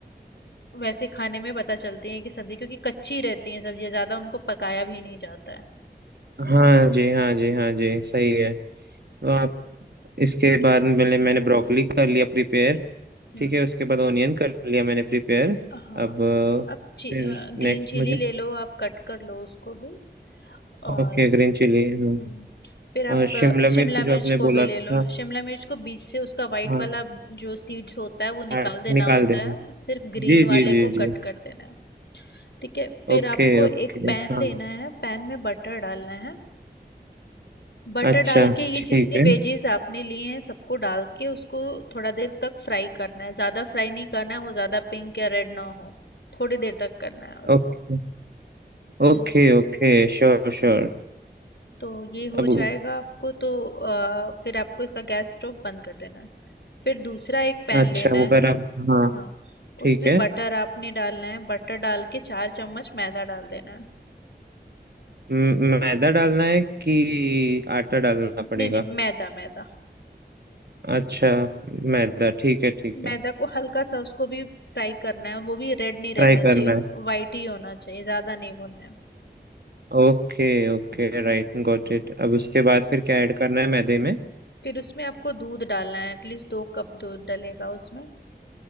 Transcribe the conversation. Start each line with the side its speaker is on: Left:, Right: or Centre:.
Left: वैसे खाने में पता चलती हैं कि सब्जी क्योंकि कच्ची रहती हैं सब्जियां ज़्यादा उनको पकाया भी नहीं जाता है
Right: हाँ जी हाँ जी हाँ जी सही है तो आप इसके
Left: ठीक है
Right: बाद मैंने मैंने ब्रोकली कर लिया प्रिपेयर
Left: हम्म
Right: ठीक है उसके बाद ऑनियन कर लिया मैंने प्रिपेयर
Left: हाँ
Right: अब अ,
Left: अब ची,
Right: फिर
Left: अ, ग्रीन
Right: नेक्स्ट
Left: चिली
Right: मुझे
Left: ले लो आप कट कर लो उसको भी और
Right: ओके ग्रीन चिली हाँ
Left: हम्म फिर आप
Right: और शिमला
Left: अ, शिमला
Right: मिर्च जो
Left: मिर्च
Right: आपने
Left: को
Right: बोला
Left: भी ले
Right: था
Left: लो हाँ, शिमला मिर्च को बीच से उसका वाइट
Right: हाँ
Left: वाला जो सीड्स होता है वो निकाल
Right: हाँ,
Left: देना
Right: निकाल
Left: होता
Right: देना
Left: है सिर्फ ग्रीन
Right: जी जी
Left: वाले
Right: जी
Left: को
Right: जी
Left: कट कर देना है ठीक है फिर
Right: Okay
Left: आपको एक
Right: okay
Left: पैन
Right: हाँ
Left: लेना है पैन में बटर डालना है बटर
Right: अच्छा
Left: डाल के ये
Right: ठीक
Left: जितने
Right: है
Left: वेजीज आपने लिए हैं सबको डाल के उसको थोड़ा देर तक फ्राई करना है ज़्यादा फ्राई नहीं करना है वो ज़्यादा पिंक या रेड ना हो थोड़ी देर तक करना है उसको
Right: Okay okay
Left: हम्म
Right: Okay sure sure
Left: तो ये हो
Right: अबू
Left: जाएगा आपको तो अ, फिर आपको इसका गैस स्टोव बंद कर देना है फिर दूसरा एक पैन
Right: अच्छा
Left: लेना
Right: वो गरम
Left: है
Right: हाँ
Left: हाँ
Right: ठीक
Left: उसमें
Right: है
Left: बटर आपने डालना है बटर डाल के चार चम्मच मैदा डाल देना है
Right: म- मैदा डालना है कि आटा डालना पड़ेगा
Left: नहीं नहीं मैदा मैदा
Right: अच्छा मैदा ठीक है ठीक
Left: मैदा
Right: है
Left: को हल्का सा उसको भी फ्राई करना है वो भी रेड नहीं रहना
Right: फ्राई करना
Left: चाहिए
Right: है
Left: वाइट ही होना चाहिए ज़्यादा नहीं भुनना है
Right: Okay okay right
Left: हम्म।
Right: got it अब उसके बाद फिर क्या ऐड करना है मैदे में
Left: फिर उसमें आपको दूध डालना है एटलीस्ट दो कप दूध डलेगा उसमें